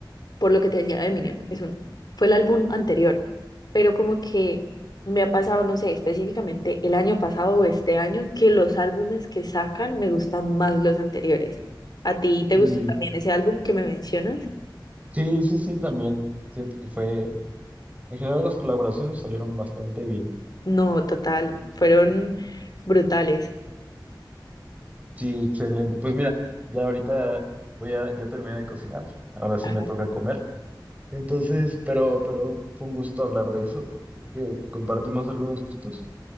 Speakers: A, on the left; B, on the right.
A: por lo que te decía de Eminem. Es un, fue el álbum anterior. Pero como que me ha pasado, no sé, específicamente el año pasado o este año, que los álbumes que sacan me gustan más los anteriores. ¿A ti te
B: Y
A: gustó también ese álbum que me mencionas?
B: sí, sí, sí, también. Siento que fue, en general las colaboraciones salieron bastante bien.
A: No, total. Fueron brutales.
B: Sí, excelente. Pues mira, ya ahorita voy a, ya terminé de cocinar. Ahora sí
A: Ajá.
B: me toca comer. Entonces, pero, pero fue un gusto hablar de eso, que compartimos algunos gustos